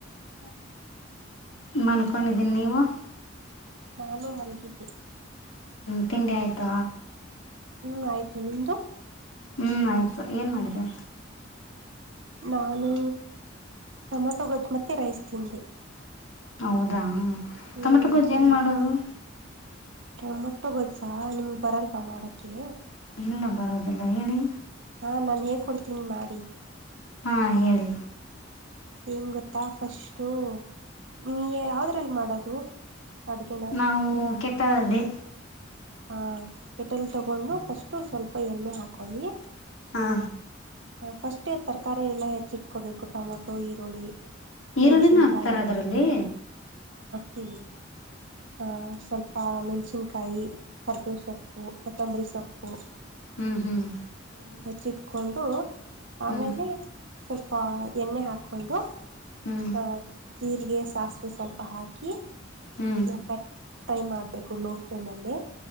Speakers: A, on the right; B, on the left.
A: ಏನ್ ಮಾಡ್ತಾ ಇದಿದಯಾ
B: ಮನ್ಕೊಂಡಿದ್ದೀನಿ ನೀವು
A: ನಾನು ಮನಗಿದ್ದೆ
B: ತಿಂಡಿ ಆಯ್ತ
A: ಹ್ಞೂ ಆಯಿತು ನಿಮ್ಮದು
B: ಹ್ಞೂ ಆಯಿತು ಏನು ಮಾಡಿದೆ
A: ನಾನು ಟೊಮೆಟೊ ಗೊಜ್ಜು ಮತ್ತೆ ರೈಸ್ ತಿಂದೆ
B: ಹೌದಾ
A: ಹ್ಮ್
B: ಟೊಮೆಟೊ ಗೋಜ್ಜು ಹೆಂಗ್ ಮಾಡೋದು
A: ಟೊಮಾಟೋ ಗೊಜ್ಜ ನಿಮಗ್ ಬರಲ್ವಾ ಮಾಡಕ್ಕೆ
B: ಎಲ್ಲ ಬರೋದೆಲ್ಲ ಹೇಳಿ
A: ಹಾ ನಾನ್ ಹೇಳ್ ಕೊಡ್ತೀನಿ ಮಾಡಿ
B: ಹಾ ಹೇಳಿ
A: ಏಂಗ್ ಗೊತ್ತಾ ಫಸ್ಟು ನಿಮಗೇ ಯಾವದ್ರಲ್ಲಿ ಮಾಡೋದು ಅಡ್ಗೆನ
B: ನಾವು ಕಾಟಾಳಲ್ಲಿ
A: ಹಾ ಕೆಟಲ್ ತಗೊಂಡು ಫಸ್ಟು ಸ್ವಲ್ಪ ಎಣ್ಣೆ ಹಾಕೊಳ್ಳಿ
B: ಹಾ
A: ಹ ಫಸ್ಟೇ ತರಕಾರಿ ಎಲ್ಲ ಹೆಚ್ಚಿ ಇಟ್ಕೋಬೇಕು ಟೊಮಾಟೊ ಈರುಳ್ಳಿ
B: ಈರುಳ್ಳಿನ
A: ಮೆಣಸಿನ್ಕಾಯಿ
B: ಹಕ್ತಾರ ಅದ್ರಲ್ಲಿ
A: ತೀ ಹ ಸ್ವಲ್ಪ ಮೆಣ್ಸಿನ್ ಕಾಯಿ ಕರ್ಬೋಸ ಕೊತ್ತಂಬರಿ ಶೊ ಹ
B: ಹ್ಮ್ ಹ್ಮ್
A: ಹ ಹೆಚ್ಚಿಟ್ಕೊಂಡು
B: ಹ್ಞೂ
A: ಆಮೇಲೆ ಸ್ವಲ್ಪ ಎಣ್ಣೆ ಹಾಕೊಂಡು
B: ಹ್ಞೂ
A: ಹ ೀಿಗೆ <inaudible> ಸಾಸಿವೆ ಸ್ವಲ್ಪ ಹಾಕಿ
B: ಹ್ಞೂ
A: ನಾ ಕೈ ೈ ಮಾಡ್ತ ಬೇಕು ಲೋ ಫ್ಲೇಮಲ್ಲಿ